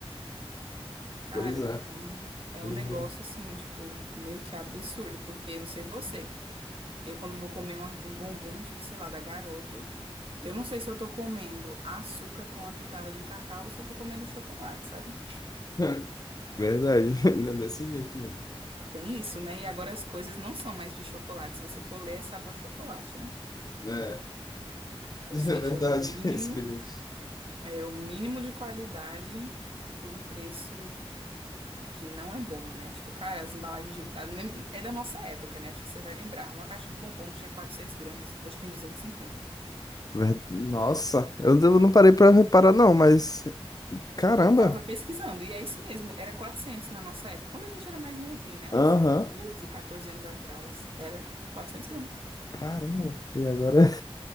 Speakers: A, on the right; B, on the left.
A: Cara,
B: Pois é.
A: é um, é um
B: E-
A: negócio assim, tipo, meio que absurdo, porque não sei você. Eu, quando vou comer uma- um bombom, tipo, sei lá, da Garoto, eu não sei se eu tô comendo açúcar com uma pitada de cacau ou se eu tô comendo chocolate, sabe?
B: <laughs> Verdade, <laughs> é desse jeito mesmo.
A: Tem isso, né? E agora as coisas não são mais de chocolate. Se você for ler, é sabor chocolate, né?
B: É,
A: Ou
B: É
A: seja,
B: verdade,
A: é o mínimo,
B: <laughs> esse bilhete.
A: é o mínimo de qualidade por um preço que não é bom, né? Tipo, cara, as embalagens de... a- nem- É da nossa época, né? Acho que você vai lembrar. Uma caixa de bombom tinha 400 gramas, hoje tem 250.
B: Ver- Nossa, eu eu não parei pra reparar, não, mas. Caramba!
A: Eu tava pesquisando, e é isso mesmo, era 400 na nossa época. Quando a gente era mais novinho, né? Uns
B: Aham,
A: 12, 14 anos atrás, era 400 gramas.
B: caramba! E agora? <laughs>